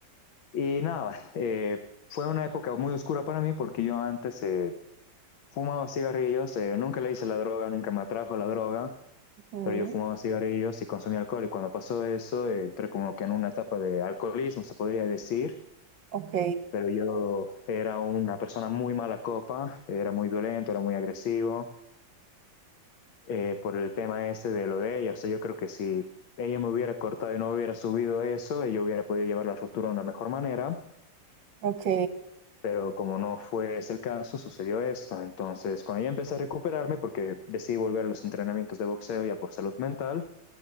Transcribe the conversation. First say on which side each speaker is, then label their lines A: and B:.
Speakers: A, on the left; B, on the right.
A: y nada, eh, fue una época muy oscura para mí porque yo antes eh, fumaba cigarrillos, eh, nunca le hice la droga, nunca me atrajo la droga,
B: Ujú,
A: pero yo fumaba cigarrillos y consumía alcohol y cuando pasó eso eh, entré como que en una etapa de alcoholismo, se podría decir
B: Ok,
A: pero yo era una persona muy mala copa, era muy violento, era muy agresivo, eh, por el tema ese de lo de ella. O sea, yo creo que si ella me hubiera cortado y no hubiera subido eso, yo hubiera podido llevar la ruptura de una mejor manera,
B: ok,
A: pero como no fue ese el caso, sucedió esto. Entonces, cuando yo empecé a recuperarme, porque decidí volver a los entrenamientos de boxeo ya por salud mental,